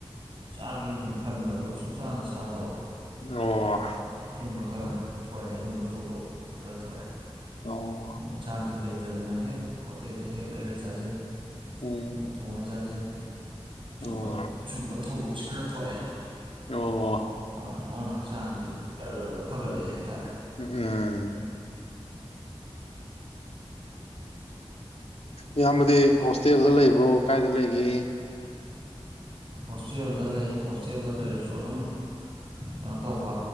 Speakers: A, on the right; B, on the left.
A: ꯆꯥꯈꯤ ꯑꯗꯨꯝ ꯈꯟꯕ ꯑꯗꯨꯒ ꯁꯨꯡ ꯆꯥꯅ ꯆꯥꯗꯕ
B: ꯑꯣ
A: ꯑꯗꯨꯝꯕ ꯈꯔ ꯊꯣꯛꯑꯦ ꯑꯗꯨꯝꯕ ꯊꯧꯗꯣꯛ ꯈꯔ ꯊꯣꯛꯑꯦ
B: ꯑꯣ
A: ꯑꯗꯨꯅ ꯏꯟꯁꯥꯡꯁꯤ ꯂꯩꯇ ꯂꯩꯇꯗꯅ ꯍꯦꯛ ꯍꯣꯇꯦꯜꯗ ꯍꯦꯛ ꯂꯩꯔ ꯆꯥꯁꯤꯟ
B: ꯎꯝ
A: ꯑꯃꯣꯡꯛ ꯊꯣꯡꯉ ꯆꯥꯁꯤꯟ ꯁꯨꯝꯕ
B: ꯑꯣ
A: ꯁꯨꯝꯕ ꯊꯧꯗꯣꯛꯁꯦ ꯈꯔ ꯊꯣꯛꯑꯦ
B: ꯑꯣ
A: ꯑ ꯑꯗꯨꯅ ꯍꯛꯆꯥꯡꯁꯤ ꯈꯔ ꯈꯔ ꯈꯔ ꯐꯒꯠꯂꯛꯏ ꯍꯥꯏꯇꯥꯔꯦ
B: ꯎ ꯎꯝ ꯏꯌꯥꯝꯕꯗꯤ ꯍꯣꯁꯇꯦꯜꯗ ꯂꯩꯕ꯭ꯔꯣ ꯀꯥꯏꯗ ꯂꯩꯒꯦ
A: ꯍꯣꯁꯇꯦꯜꯗ ꯂꯩ ꯍꯣꯁꯇꯦꯜꯗ ꯂꯩꯔꯁꯨ ꯑꯗꯨꯝ ꯀꯩꯅꯣ ꯇꯧꯕ